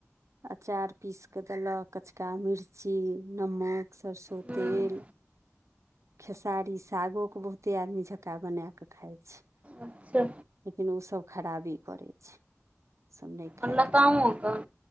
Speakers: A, on the right; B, on the right.
A: अचार पीस कऽ देलक कचका मिर्ची नमक सरसो
B: हूँ हूँ
A: तेल खेसारी सागोक के बहुते आदमी झक्का बना कऽ खाय छै
B: अच्छा
A: लेकिन ओसब खराबी करै छै सब नइ खायके
B: लतामोके
A: चाही